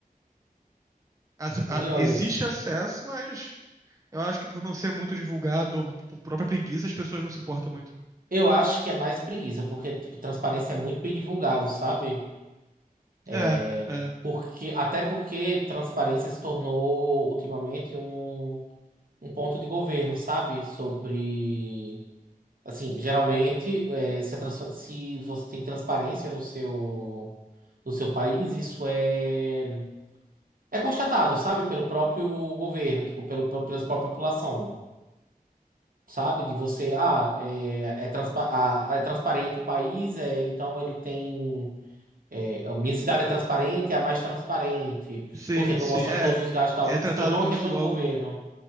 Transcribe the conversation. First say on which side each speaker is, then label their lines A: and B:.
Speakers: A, on the right; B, on the right.
A: Ace-
B: Ninguém
A: a-
B: olha
A: Existe
B: isso.
A: acesso, mas eu acho que por não ser muito divulgado ou por por própria preguiça, as pessoas não se importam muito.
B: Eu acho que é mais preguiça, porque, tipo, transparência é muito bem divulgado, sabe?
A: É,
B: É,
A: é.
B: Porque, até porque transparência se tornou ultimamente um, um ponto de governo, sabe? Sobre. Assim, geralmente, é, se, a transpa- se você tem transparência no seu, no seu país, isso é, é constatado, sabe? Pelo próprio governo, tipo, pelo, pela própria população. sabe? De você, ah, é, é, transpa a é transparente o país, é, então ele tem. é, a minha cidade é transparente, é a mais transparente,
A: Sim,
B: porque estou
A: sim.
B: mostrando
A: É,
B: todos os gastos e tal.
A: é tratado
B: Se tornou
A: muito
B: uma questão
A: como
B: de
A: algo
B: governo.
A: bom.